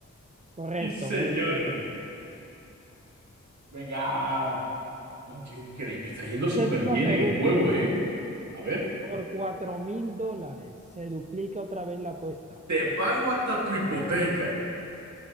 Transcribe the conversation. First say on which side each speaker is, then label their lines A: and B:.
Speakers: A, on the right; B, on the right.
A: Correcto,
B: Sí, señor.
A: muy bien.
B: Venga. No, tío, increíble. Me está yendo súper
A: Séptima
B: bien
A: pregunta.
B: en el juego, ¿eh? A ver.
A: Por cuatro mil dólares se duplica otra vez la apuesta.
B: Te pago hasta tu hipoteca.